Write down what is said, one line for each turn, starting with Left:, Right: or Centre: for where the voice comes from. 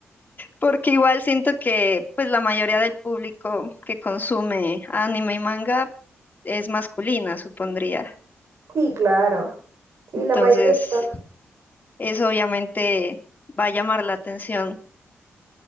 Left: Porque igual siento que pues la mayoría del público que consume anime y manga es masculina, supondría.
Right: Sí, claro. Sí,
Left: Entonces,
Right: la mayoría de las
Left: eso obviamente va a llamar la atención.